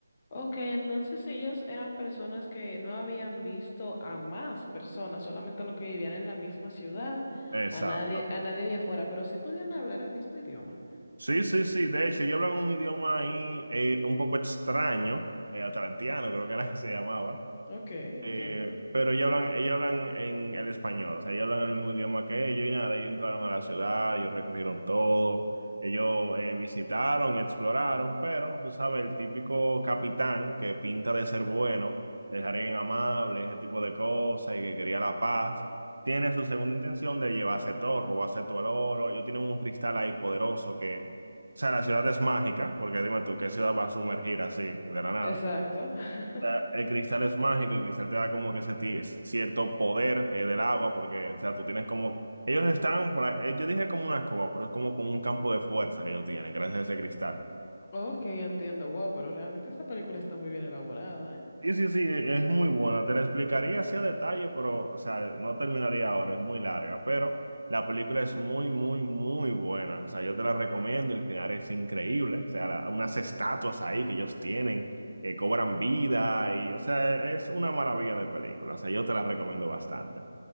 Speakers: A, on the left; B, on the right.
A: ok, entonces ellos eran personas que no habían visto a más personas, solamente a los que vivían en la misma ciudad,
B: Exacto.
A: a nadie, a nadie de afuera, pero sí podían hablar el mismo idioma.
B: Sí, sí, sí. De hecho, ellos hablan un idioma ahí eh, un poco extraño, eh, atlantiano, creo que era que se llamaba.
A: Ok, entiendo.
B: Eh, pero ellos hablan, ellos hablan en el español, o sea, ellos hablan el mismo idioma que ellos y nada, ellos entraron a la ciudad, ellos recorrieron todo, ellos eh, visitaron y exploraron, pero tú sabes, el típico capitán que pinta de ser bueno, de alguien amable, ese tipo de cosas y que quería la paz, tiene su segunda intención de llevarse todo, robarse todo el oro, ellos tienen un cristal ahí poderoso que, o sea, la ciudad es mágica, porque dime tú, ¿qué ciudad va a sumergir así de la nada?
A: Exacto. <laughs>
B: sea, El cristal es mágico, el cristal te da como que ese ti- cierto poder eh, del agua, porque, o sea, tú tienes como... Ellos están, por ahí- eh, yo dije como una escoba, pero es como con un campo de fuerza que ellos tienen, gracias a ese cristal.
A: Ok, entiendo. Wow, pero realmente esa película está muy bien elaborada, ¿eh?
B: Sí, sí, sí, e-, es muy buena. Te la explicaría así a detalle, pero, o sea, no terminaría ahora, es muy larga, pero la película es muy, muy, muy buena. O sea, yo te la recomiendo, el final es increíble. O sea, la- unas estatuas ahí que ellos tienen, que cobran vida y, o sea, es una maravilla de película. O sea, yo te la recomiendo bastante.